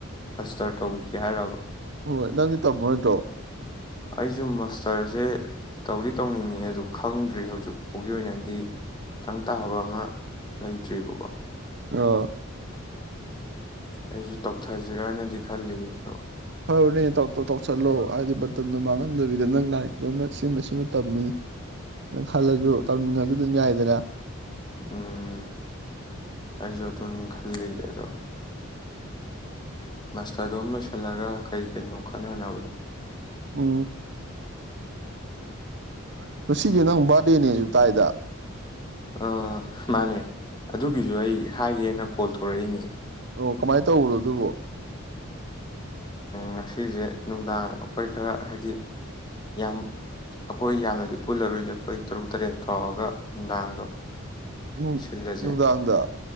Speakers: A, on the left; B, on the right.
A: ꯑꯁꯇꯔ ꯇꯧꯕꯤꯒꯦ ꯍꯥꯏꯔꯕ
B: ꯍꯣꯏ ꯅꯪꯗꯤ ꯇꯝꯃꯣꯏꯗ꯭ꯔꯣ
A: ꯑꯩ ꯁꯨꯝ ꯃꯥꯁꯇꯔꯁꯦ ꯇꯧꯗꯤ ꯇꯧꯅꯤꯡꯉꯦ ꯑꯗꯨ ꯈꯪꯗ꯭ꯔꯤ ꯍꯧꯖꯤꯛ ꯐꯥꯎꯒꯤ ꯑꯣꯏꯅꯗꯤ ꯇꯪꯇꯥꯥꯕ ꯑꯃ ꯂꯩꯇ꯭ꯔꯤꯕꯀꯣ
B: ꯑꯣ
A: ꯑꯩꯁꯨ ꯇꯧꯊꯁꯤꯔꯅꯗꯤ ꯈꯜꯂꯤ ꯑꯗꯣ
B: ꯍꯣꯏ ꯍꯣꯏꯅꯦ ꯇꯧꯁꯤꯜꯠꯂꯣ ꯍꯥꯏꯗꯤ ꯕꯇꯟꯗꯣ ꯃꯥꯡꯍꯟꯗꯕꯤꯗ ꯅꯪ ꯂꯥꯏꯔꯤꯛꯇꯨ ꯁꯤꯃ ꯁꯤꯃ ꯇꯝꯃꯤ ꯅꯪ ꯈꯜꯂꯁꯨ ꯇꯝꯅꯤꯡꯉꯁꯨ ꯑꯗꯨꯝ ꯌꯥꯏꯗꯅ
A: ꯎꯝ ꯑꯩꯁꯨ ꯑꯗꯨꯅꯤ ꯈꯜꯂꯤꯔꯤ ꯑꯗꯣ ꯃꯥꯁꯇꯔꯗꯣꯝ ꯂꯣꯏꯁꯤꯜꯂꯒ ꯀꯩ ꯀꯩꯅꯣ ꯈꯟꯅꯅꯕꯗꯣ
B: ꯎ ꯉꯁꯤꯒꯤ ꯅꯪ ꯕꯥꯔꯗꯦꯅꯦꯁꯨ ꯇꯥꯏꯗ
A: ꯑ ꯃꯥꯅꯦ ꯑꯗꯨꯒꯤꯁꯨ ꯑꯩ ꯍꯥꯏꯒꯦꯅ ꯀꯣꯜ ꯇꯧꯔꯛꯏꯅꯦ
B: ꯑꯣ ꯀꯃꯥꯏꯅ ꯇꯧꯕꯅꯣ ꯑꯗꯨꯕꯨ
A: ꯉꯁꯤꯁꯦ ꯅꯨꯡꯗꯥꯡ ꯑꯩꯈꯣꯏ ꯈꯔ ꯍꯥꯏꯗꯤ ꯌꯥꯝ ꯑꯩꯈꯣꯏ ꯌꯥꯝꯅꯗꯤ ꯄꯨꯜꯂꯔꯨꯁꯦ ꯑꯩꯈꯣꯏ ꯇꯔꯨꯛ ꯇꯔꯦꯠ ꯇꯧꯔꯒ ꯅꯨꯡꯗꯥꯡꯗꯣ
B: ꯅꯨꯡ
A: ꯁꯤꯜꯂꯁꯦ
B: ꯅꯨꯡꯗꯥꯡꯗ